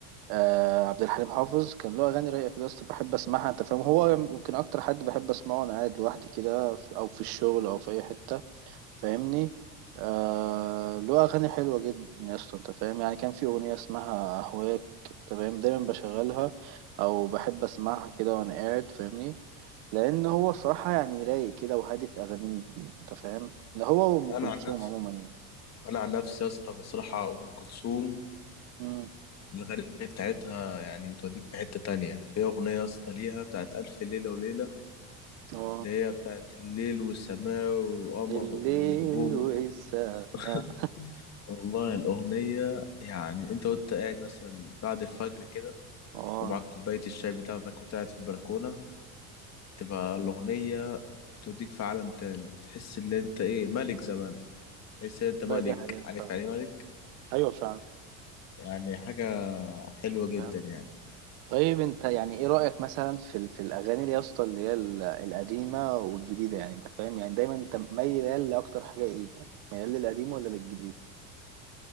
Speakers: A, on the right; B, on the left.
A: آه عبد الحليم حافظ كان له اغاني رايقه كده يا اسطى بحب اسمعها انت فاهم هو يمكن اكتر حد بحب اسمعه وانا قاعد لوحدي كده ف- او في الشغل او في اي حته فاهمني آه له اغاني حلوه جدا يا اسطى انت فاهم يعني كان في اغنيه اسمها اهواك انت فاهم دايما بشغلها او بحب اسمعها كده وانا قاعد فاهمني لان هو بصراحه يعني رايق كده وهادي في اغانيه انت فاهم ده هو وام
B: انا
A: كلثوم
B: عن نفسي
A: عموما يعني
B: انا عن نفسي يا اسطى بصراحه ام كلثوم
A: امم
B: الاغاني بتاعتها يعني بتوديك في حته تانية في اغنيه يا اسطى ليها بتاعت الف ليله وليله
A: اه
B: اللي هي بتاعت الليل والسماء والقمر
A: الليل
B: والنجوم
A: والسماء
B: و- <laughs> والله الأغنية يعني أنت وأنت قاعد مثلا بعد الفجر كده
A: اه
B: ومعاك كوباية الشاي بتاعتك وأنت قاعد في البلكونة تبقى الأغنية بتوديك في عالم تاني تحس إن أنت إيه ملك زمانك تحس إن أنت ملك
A: والله دي حقيقة فعلا
B: عارف يعني إيه ملك
A: أيوة فعلا
B: يعني حاجة حلوة جدا
A: فاهم
B: يعني
A: طيب أنت يعني إيه رأيك مثلا في ال- في الأغاني اللي يا اسطى اللي هي ال- القديمة والجديدة يعني أنت فاهم يعني دايما أنت ميال لأكتر حاجة إيه يعني ميال للقديم ولا للجديد؟